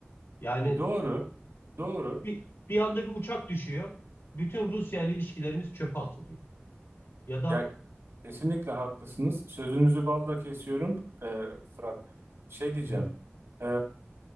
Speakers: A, on the left; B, on the right.
A: Yani
B: E, doğru, doğru.
A: bir, bir anda bir uçak düşüyor. Bütün Rusya ile ilişkilerimiz çöpe atılıyor. Ya da
B: Ya kesinlikle haklısınız. Sözünüzü balla kesiyorum e, Fırat. Şey diyeceğim.
A: Hı hı.
B: e,